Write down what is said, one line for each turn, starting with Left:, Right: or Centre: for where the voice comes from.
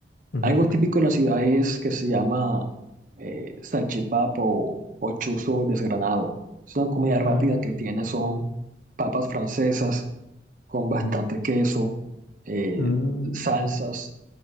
Left: ujú.
Right: algo típico de la ciudad es que se llama eh, salchipapa o, o chuzo desgranado. Es una comida rápida
Left: Ah,
Right: que tiene, son papas francesas con bastante
Left: ujú.
Right: queso, eh,
Left: Mm.
Right: salsas,